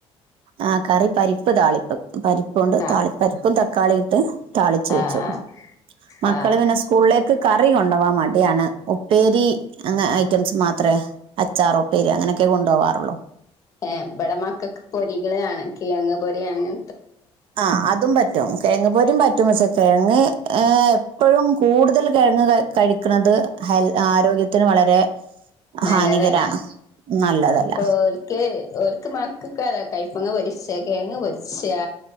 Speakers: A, on the right (about 55°); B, on the left (about 30°).
A: ആ കറി പരിപ്പ് താളിപ്പ് പരിപ്പും
B: ആഹ്
A: ഉണ്ട് താളിപ്പരിപ്പും തക്കാ ക്കാളിയിട്ട് താളിച്ചു വെച്ചു.
B: ആഹ് ആഹ്
A: മക്കള്
B: ആഹ്
A: പിന്നെ സ്കൂളിലേക്ക് കറി കൊണ്ടോവാൻ മടി ടിയാണ് ഉപ്പേരി അങ്ങനെ ഐറ്റംസ് മാത്രേ അച്ചാറ് ഉപ്പേരി അങ്ങനെയൊക്കെ കൊണ്ടോവാറുള്ളൂ
B: ഏ ഇബടെ മക്കക്ക് പൊരികളാണ് കിഴങ്ങ് പൊരി അങ്ങനെ
A: ആ അതും പറ്റും കേങ്ങ പൊരീം പറ്റും പക്ഷേ തേ തേങ്ങ ഏ എപ്പോഴും കൂടുതൽ കിഴങ്ങ് കഴിക്ക്ണത് ഹൽ ആരോഗ്യത്തിന് വളരെ
B: നല്ലതല്ല
A: ഹാനികരാണ് നല്ലതല്ല
B: ഓൽക്ക് ഓൽക്ക് മക്കക്കതാ കൈപ്പങ്ങ പൊരിച്ച് കെയങ്ങ് പോര്ച്ചാ